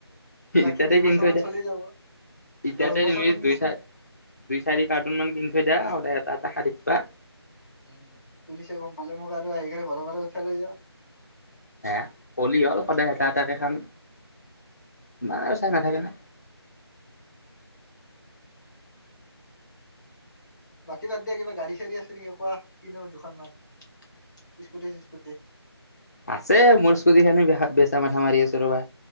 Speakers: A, in the centre; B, on the left.
A: বাকী
B: এতিয়াতে
A: দুই
B: কিনি
A: বছৰ
B: থৈ
A: মান
B: দে,
A: চলি যাব
B: এতিয়াতে
A: দহ বছৰৰ
B: তুমি
A: নিচ
B: দুই চাৰি দুই চাৰি কাৰ্টুনমান কিনি থৈ দিয়া সদায় এটা-এটা খাই থাকিবি। বাহ!
A: উম! পুলিচে গম পালে মোক আৰু আহিকিনে ঘৰৰ পৰা উঠাই লৈ যাওঁক।
B: আহ! হলি হ'ল সদায়। চাহ তাতে খাম বানাৰ চাই নাই লাগে না
A: বাকী বাদ দিয়া, কিবা গাড়ী-চাৰী আছে নেকি কোৱা কিনো দুখনমান? স্কুটি চিস্কুটি
B: আছে মোৰ স্কুটিখনে বেয়া হ'ল তাকে মাঠা মাৰি আছোঁ ৰবা।